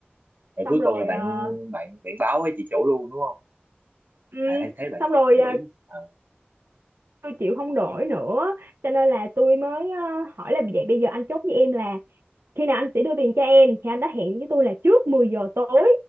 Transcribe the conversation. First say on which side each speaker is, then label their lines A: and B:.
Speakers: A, on the right; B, on the right.
A: rồi
B: xong
A: cuối
B: rồi
A: cùng là bạn
B: ờ,
A: bạn bạn báo với chị chủ luôn đúng không
B: ừm,
A: à, em thấy bạn
B: xong
A: chụp
B: rồi
A: gửi
B: ờ,
A: à,
B: tôi chịu không nổi nữa cho nên là tôi mới ờ, hỏi là vậy bây giờ anh chốt với em là khi nào anh sẽ đưa tiền cho em thì anh đã hẹn với tôi là trước 10 giờ tối